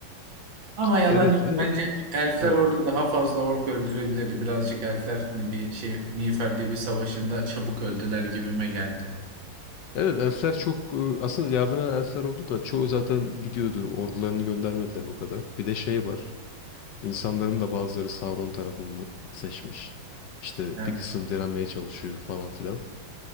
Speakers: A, on the right; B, on the left.
A: Ama
B: Ki-
A: yalan
B: Evet
A: yok.
B: ve
A: Bence elfler
B: Ha.
A: orada daha fazla ork öldürebilirdi. Birazcık elfler hani bir şey Miğfer bir savaşında çabuk öldüler gibime geldi.
B: evet elfler çok e, aslında yardım eden elfler oldu da çoğu zaten gidiyordu. Ordularını göndermediler o kadar. Bir de şey var. İnsanların da bazıları Sauron tarafını seçmiş. İşte
A: Evet.
B: bir kısım direnmeye çalışıyor falan filan.